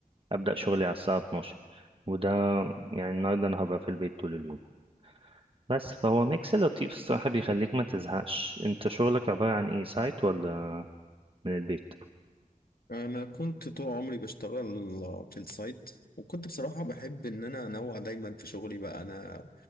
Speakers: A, on the right (about 35°); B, on the left (about 85°).
A: ابدا شغلي على الساعه 12 وده يعني النهارده انا هبقى في البيت طول اليوم بس فهو ميكس لطيف الصراحه بيخليك ما تزهقش انت شغلك عباره عن ايه سايت ولا من البيت
B: أنا كنت طول عمري بشتغل في السايت وكنت بصراحة بحب إن أنا أنوع دايما في شغلي بقى أنا